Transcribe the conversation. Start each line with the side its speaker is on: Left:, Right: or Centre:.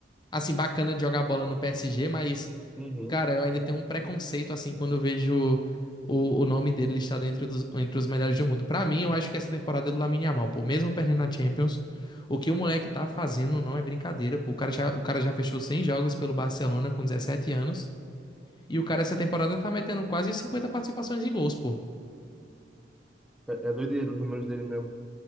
Left: assim, bacana de jogar bola no PSG, mas,
Centre: Uhum.
Left: cara, eu ainda tenho um preconceito, assim, quando eu vejo o, o nome dele listado entre os, entre os melhores do mundo. Pra mim, eu acho que essa temporada é do Lamine Yamal, pô, mesmo perdendo na Champions, o que o moleque tá fazendo não é brincadeira, pô. O cara já, o cara já fechou 100 jogos pelo Barcelona com 17 anos. E o cara, essa temporada, tá metendo quase 50 participações em gols, pô.
Centre: É, é doideiro os números dele mesmo.